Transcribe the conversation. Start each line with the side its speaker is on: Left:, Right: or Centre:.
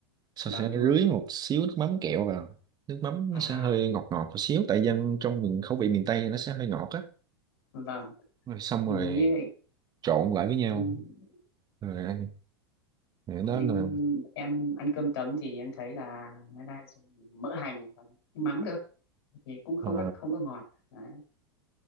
Right: sau
Left: vâng
Right: sẽ
Left: đúng
Right: rưới
Left: rồi
Right: một xíu nước mắm kẹo vào nước mắm
Left: à
Right: nó sẽ hơi ngọt ngọt một xíu tại dân trong miền khẩu vị miền Tây nó sẽ hơi ngọt á
Left: vâng
Right: rồi xong
Left: như
Right: rồi trộn lại với nhau
Left: vậy
Right: rồi ăn Rồi đó
Left: nhưng
Right: là
Left: em ăn cơm tấm thì em thấy là người ta dùng mỡ hành và mắm cơ thì cũng không
Right: Ờ,
Left: có không có ngọt Đấy.